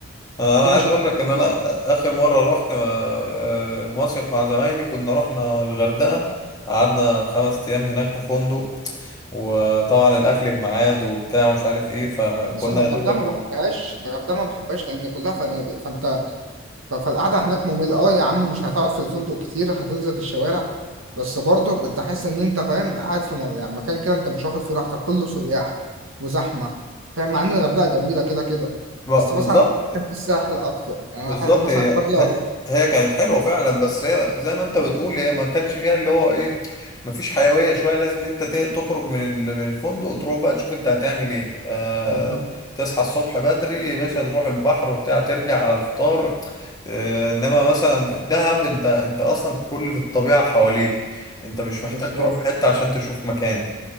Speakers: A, on the left; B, on the right.
A: انا
B: في نشاطات
A: عايز اقول
B: كتير
A: لك ان انا
B: بقى
A: اخر مره رحت آه، مصيف مع زمايلي كنا رحنا الغردقه قعدنا خمس ايام هناك في فندق وطبعا الاكل بميعاد وبتاع ومش عارف ايه فكنا
B: مثلا الغردقة
A: يا دوبك
B: ما بحبهاش الغردقة ما بحبهاش لأن كلها فنادق فأنت ف- فالقعدة هناك ممل اه يا عم مش هتقعد في الفندق كتير هتنزل في الشوارع بس برضه بتحس ان انت فاهم قاعد في م- يعني مكان كده انت مش واخد فيه راحتك كله سياح وزحمة فاهم مع ان الغردقة جميلة كده كده
A: ب-
B: بس مثلا
A: بالظبط
B: بحب الساحل اكتر يعني
A: بالظبط
B: انا احب مثلا
A: هي
B: قرية
A: هي هي كانت حلوه فعلا بس هي زي ما انت بتقول هي ما كانش فيها اللي هو ايه ما فيش حيويه شويه لازم انت ت- تخرج من ال- من الفندق وتروح بقى تشوف انت هتعمل ايه آه
B: بالظبط
A: تصحى الصبح بدري يا باشا تروح البحر وبتاع ترجع على الفطار آه انما مثلا في دهب انت انت اصلا كل الطبيعه حواليك انت مش محتاج
B: بالظبط
A: تروح في حته عشان تشوف مكان